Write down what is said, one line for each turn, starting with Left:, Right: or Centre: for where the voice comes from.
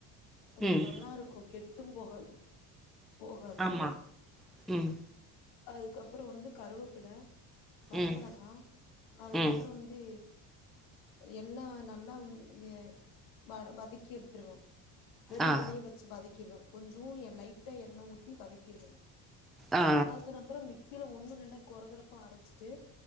Left: கொஞ்சோ
Centre: ம்
Left: நல்லா இருக்கு கெட் டும்போகாது போகாது
Centre: ஆமாம் ம்
Left: அதுக்கப்பறோ வந்து கருவேப்பில வரமிளகா
Centre: ம்
Left: அதுக்கப்பறோ
Centre: ம்
Left: வந்து எல்லா நல்லா ம் வ வதக்கி எடுத்துருவ வெறு
Centre: ஆ
Left: இதுலயே வெச்சு வதக் வதக்கிருவ கொஞ்சூ எ லைட்டா எண்ணெய ஊத்தி வதக்கிருவ
Centre: ஆ
Left: வதக்கினப்புறொ மிக்ஸ் ல ஒண்ணு ரெண்டா குரகொறப்பா அரச்சிட்டு